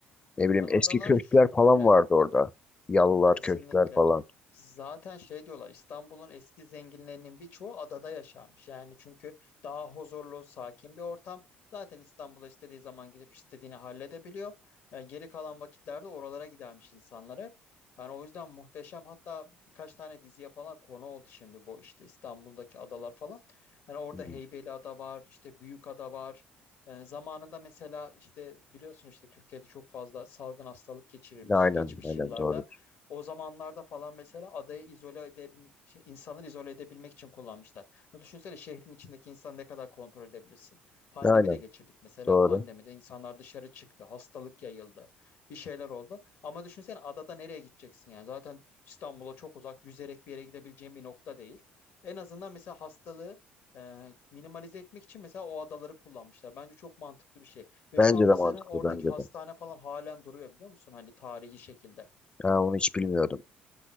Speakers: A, on the left; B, on the left.
A: Ne bileyim
B: Ya adalar
A: eski köşkler falan
B: şöyle.
A: vardı orada. Yalılar,
B: Kesinlikle.
A: köşkler falan.
B: Zaten şey diyorlar İstanbul'un eski zenginlerinin birçoğu adada yaşarmış. Yani çünkü daha huzurlu, sakin bir ortam. Zaten İstanbul'a istediği zaman gidip istediğini halledebiliyor. Yani geri kalan vakitlerde oralara gidermiş insanlar hep. Yani o yüzden muhteşem hatta birkaç tane diziye falan konu oldu şimdi bu işte İstanbul'daki adalar falan. Hani orada
A: Hmm.
B: Heybeliada var, işte Büyükada var. Ee, zamanında mesela işte biliyorsun işte Türkiye'de çok fazla salgın hastalık geçirilmiş
A: Aynen,
B: geçmiş
A: aynen
B: yıllarda.
A: doğru.
B: O zamanlarda falan mesela adayı izole edebil şey, insanları izole edebilmek için kullanmışlar. Ya düşünsene şehrin içindeki insanı ne kadar kontrol edebilirsin. Pandemi
A: Aynen
B: de geçirdik mesela.
A: doğru.
B: Pandemide insanlar dışarı çıktı. Hastalık yayıldı. Bir şeyler oldu. Ama düşünsene adada nereye gideceksin yani? Zaten İstanbul'a çok uzak, yüzerek bir yere gidebileceğin bir nokta değil. En azından mesela hastalığı e, minimalize etmek için mesela o adaları kullanmışlar. Bence çok mantıklı bir şey. Ve
A: Bence
B: şu an
A: de
B: mesela
A: mantıklı
B: oradaki
A: bence
B: hastane
A: de.
B: falan halen duruyor biliyor musun? Hani tarihi şekilde.
A: Ha, onu hiç bilmiyordum.